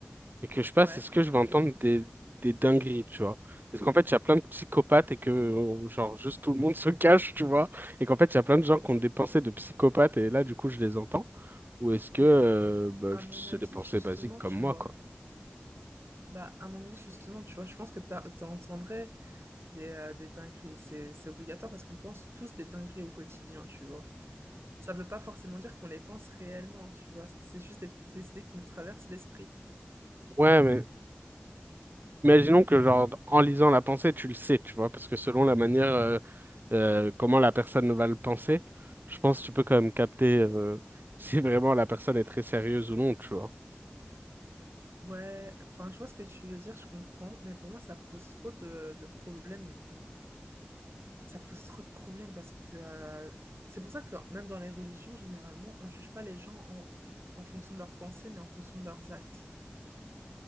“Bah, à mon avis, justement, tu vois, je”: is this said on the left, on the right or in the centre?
Right